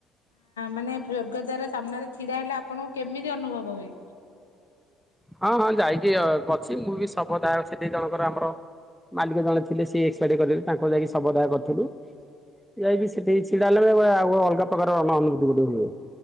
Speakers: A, on the left (about 80°); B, in the centre.
A: ମାନେ ସ୍ୱର୍ଗଦ୍ୱାର ସାମ୍ନାରେ ଛିଡ଼ା ହେଲେ ଆପଣଙ୍କୁ କେମିତି ଅନୁଭବ ହୁଏ?
B: ହଁ ହଁ ଯାଇକି ଅଛି, ମୁଁ ବି ଶବ ଦାହ ସେଠି ଜଣଙ୍କର ଆମର ମାଲିକ ଜଣେ ଥିଲେ, ସେ ଏକ୍ସପାର୍ଡ କରିଦେଲେ ତାଙ୍କୁ ଯାଇକି ଶବଦାହ କରିଥିଲୁ। ଯାଇକି ସେଠି ଛିଡା ହେଲେ ଅଲଗା ପ୍ରକାର ଅନୁଭୂତି ଗୋଟେ ହୁଏ।